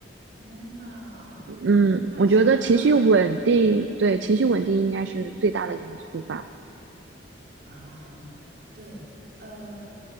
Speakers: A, on the right; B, on the right.
A: 天呐，
B: 嗯，
A: 太想象。
B: 我觉得情绪稳定，对，情绪稳定应该是最大的因素吧。
A: 啊，对，呃，